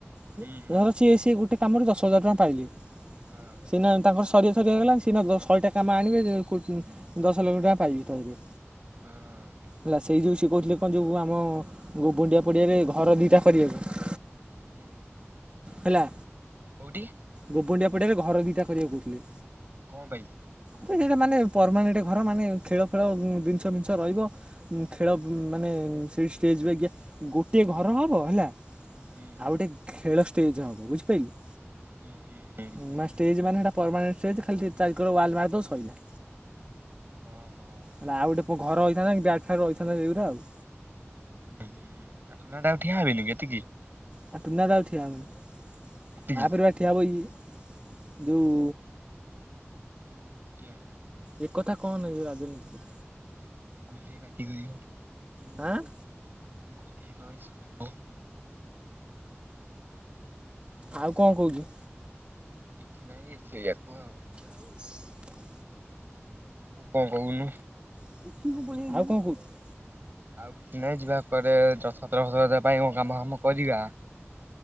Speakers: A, on the right; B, on the right.
A: ଧର
B: ହୁଁ ହୁଁ
A: ସିଏ ସିଏ ଗୋଟେ କାମରେ ଦଶ ହଜାର ଟଙ୍କା ପାଇଲେ
B: ହଁ
A: ସିନା ତାଙ୍କର ସରିଆ ସରିଆ ହେଇଗଲାଣି ସିନା ଶହେଟା କାମ ଆଣିବେ ଯେ ଦଶ ଲକ୍ଷ ଟଙ୍କା ପାଇବେ ତାଧେରେ।
B: ହଁ
A: ହେଲା ସେଇ ଯୋଉ ସେ କହୁଥିଲେ କଁ ଯୋଉ ଆମ ଗୋବଣ୍ଡିଆ ପଡ଼ିଆରେ ଘର ଦିଟା କରିଆକୁ।
B: ହୁଁ।
A: ହେଲା
B: କୋଉଠି?
A: ଗୋବଣ୍ଡିଆ ପଡ଼ିଆରେ ଘର ଦିଟା କରିଆକୁ କହୁଥିଲେ।
B: କଁ ପାଇ?
A: ସେଟାମାନେ ପରମାନେଟ୍ ଘର ମାନେ ଖେଳ ଫେଳ ଜିନିଷ୍ ଫିନିଷ୍ ରହିବ। ଖେଳ ମାନେ ସେଇଠି ଷ୍ଟେଜ୍ ବାଗିଆ ଗୋଟିଏ ଘର ହବ ହେଲା
B: ହୁଁ
A: ଆଉ ଗୋଟେ ଖେଳ ଷ୍ଟେଜ୍ ହବ ବୁଝିପାଇଲୁ।
B: ହୁଁ ହୁଁ ହୁଁ ବୁଝିପାରିଲି
A: ଉଁ ଷ୍ଟେଜ୍ ମାନେ ସେଟା ପରମାନେଣ୍ଟ ଷ୍ଟେଜ୍ ଖାଲି ଚାରି କର ୱାଲ୍ ମାରିଦବ ସଇଲା।
B: ହଁ ହଁ।
A: ହେଲା ଆଉ ଗୋଟେ କୋଉ ଘର ହେଇଥାନ୍ତା କି ବ୍ୟାଟ୍ ଫ୍ୟାଟ୍ ରହିଥାନ୍ତା ସେଇଗୁରା ଆଉ
B: ହଁ ହୁଁ ହୁଁ। ଆଉ ଟୁନା ଦା ଆଉ ଠିଆ ହେବିନି କି ଏତିକି?
A: ନା ଟୁନା ଦା ଆଉ ଠିଆ ହବନି
B: ଏତିକି?
A: ଆ ପରେ ବା ଠିଆ ହବ ଇ ଯୋଉ
B: କିଏ?
A: ଏକଥା କଣନା ଯେ ରାଜନୀତି।
B: କିଏ ପାଟିକୁ ଯିବ?
A: ହାଁ
B: <unintelligible>
A: ଆଉ କଣ କହୁଛୁ?
B: <unintelligible>
A: <inaudible>
B: କଣ କହୁନୁ?
A: ଆଉ କଣ କହୁଛୁ?
B: ଆଉ କିଛି ନାହିଁ ଯିବା କୁଆଡେ଼ ଦଶ ସତରଶର ପାଇଁ କଣ କାମ ଫାମ କରିବା।